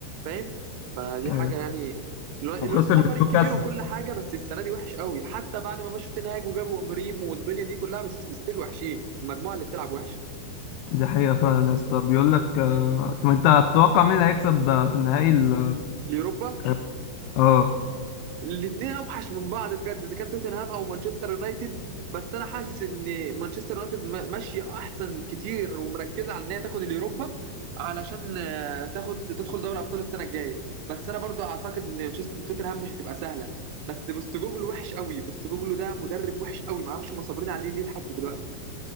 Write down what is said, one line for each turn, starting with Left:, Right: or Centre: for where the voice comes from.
Right: فاهم فدي
Left: آه،
Right: حاجه يعني الو- الوقت
Left: وخسر
Right: اه
Left: من
Right: فريق
Left: نيوكاسل
Right: كبير وكل حاجه بس السنه دي وحش قوي حتى بعد ما مشوا تنهاج وجابوا امريم والدنيا دي كلها بس ستيل وحشين المجموعه اللي بتلعب وحش
Left: دي حقيقه فعلا يا اسطى بيقول لك آه، طب انت هتتوقع مين هيكسب آه، في النهائي ال-
Right: اليوروبا
Left: اه آه.
Right: الاثنين اوحش من بعض بجد اذا كان توتنهام او مانشستر يونايتد بس انا حاسس ان مانشستر يونايتد م- ماشيه احسن كتير ومركزه على ان هي تاخد اليوروبا علشان آه، تاخد تدخل دوري ابطال السنه الجايه بس انا برضو اعتقد ان مانشستر- توتنهام مش هتبقى سهله بس بوستوجوجلو وحش قوي بوستوجوجلو ده مدرب وحش قوي ما اعرفش هم صابرين عليه ليه لحد دلوقتي